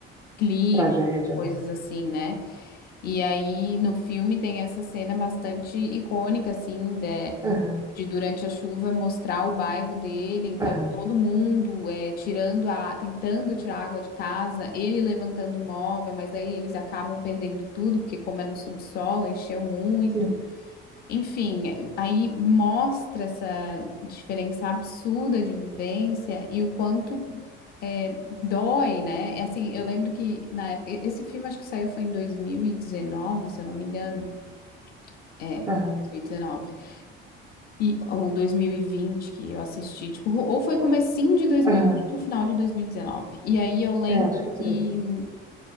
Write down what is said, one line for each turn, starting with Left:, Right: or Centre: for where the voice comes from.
Left: clima,
Right: Tragédia,
Left: coisas
Right: né?
Left: assim, né? E aí no filme tem essa cena bastante icônica, assim, de
Right: Aham,
Left: durante a chuva mostrar o bairro dele, então
Right: aham,
Left: todo mundo é, tirando a, tentando tirar a água de casa, ele levantando o móvel, mas aí eles acabam perdendo tudo, porque como é no subsolo, encheu muito.
Right: sim,
Left: Enfim, é, aí mostra essa diferença absurda de vivência e o quanto é, dói, né? E, Assim, eu lembro que na época, esse filme acho que saiu foi em 2019, se eu não me engano. É,
Right: aham,
Left: 2019. E, ou 2020 que eu assisti, tipo, ou foi comecinho de 2020
Right: aham.
Left: ou final de 2019. E dezenove. E aí eu lembro
Right: É, acho que é por
Left: que,
Right: aí.